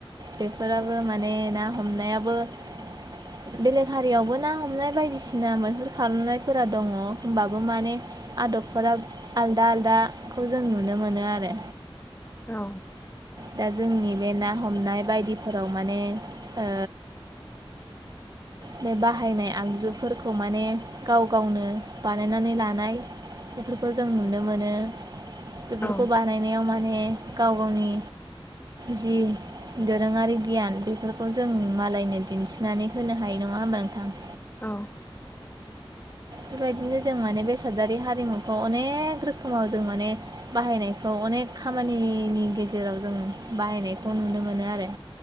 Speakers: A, on the right (about 45°); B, on the left (about 20°).
A: बेफोराबो माने ना हमनायाबो <inaudible> बेलेग हारियावबो ना हमनाय बायदिसिना मैहुर खालामनायफोरा दङ होनबाबो माने आदबफोरा आलदा आलदाखौ जों नुनो मोनो आरो।
B: औ
A: दा जोंनि बे ना हमनाय बायदिफोराव माने ओ बे बाहायनाय आगजुफोरखौ माने गाव गावनो बानायनानै लानाय बेफोरखौ जों नुनो मोनो बेफोरखौ
B: औ
A: बानायनायाव माने गाव गावनि जि दोरोङारि गियान बेफोरखौ जों मालायनो दिन्थिनानै होनो हायो। न‌ङा होनबा नोंथां।
B: औ
A: बेबायदिनो जों माने बेसादारि हारिमुखौ अनेक रोखोमाव जों माने बाहायनायखौ अनेक खामानिनि गेजेराव जों बाहायनायखौ नुनो मोनो आरो।